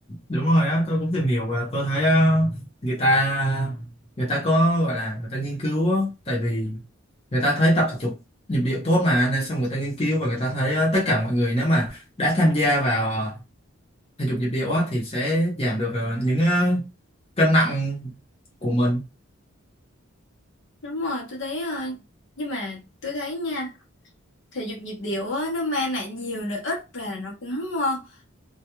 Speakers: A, on the left; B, on the left.
A: đúng rồi á tôi cũng tìm hiểu và tôi thấy ờ, người ta người ta có gọi là người ta nghiên cứu á tại vì người ta thấy tập thể dục nhịp điệu tốt mà nên xong người ta nghiên cứu và người ta thấy ờ, tất cả mọi người nếu mà đã tham gia vào ờ, thể dục nhịp điệu á thì sẽ giảm được ờ, những ờ, cân nặng của mình
B: đúng rồi tôi thấy à, nhưng mà tôi thấy nha thể dục nhịp điệu á, nó mang lại nhiều lợi ích và nó cũng ờ,